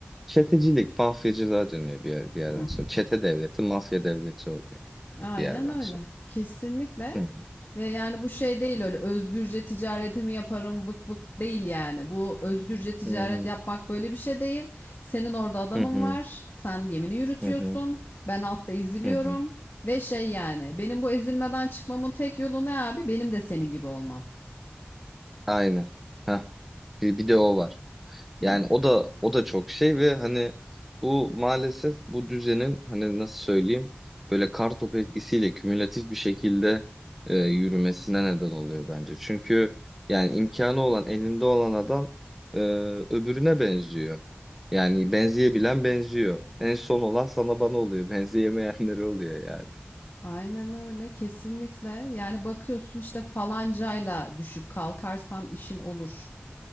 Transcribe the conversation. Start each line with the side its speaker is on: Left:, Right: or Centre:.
Centre: Çetecilik, mafyacılığa dönüyor bir yer, bir yerden
Left: Hmm,
Centre: sonra. Çete devleti, mafya devleti oluyor
Left: Aynen
Centre: bir yerden
Left: öyle.
Centre: sonra.
Left: Kesinlikle.
Centre: Hı hı
Left: Ve yani bu şey değil öyle özgürce ticaretimi yaparım vık vık değil yani. Bu özgürce ticaret
Centre: hı
Left: yapmak böyle bir şey değil. Senin orada adamın
Centre: hı hı hı
Left: var. Sen gemini yürütüyorsun.
Centre: hı
Left: Ben altta eziliyorum.
Centre: hı hı.
Left: Ve şey yani benim bu ezilmeden çıkmamın tek yolu ne abi? Benim de senin gibi olmam.
Centre: Aynen. Ha. Bir, bir de o var.
Left: Hı.
Centre: Yani o da o da çok şey ve hani bu maalesef bu düzenin hani nasıl söyleyeyim böyle kar topu etkisiyle kümülatif bir şekilde e, yürümesine neden oluyor bence. Çünkü yani imkanı olan elinde olan adam e, öbürüne benziyor. Yani benzeyebilen benziyor. En son olan sana bana oluyor. <laughs> Benzeyemeyenleri oluyor yani.
Left: Aynen öyle kesinlikle. Yani bakıyorsun işte falancayla düşüp kalkarsan işin olur.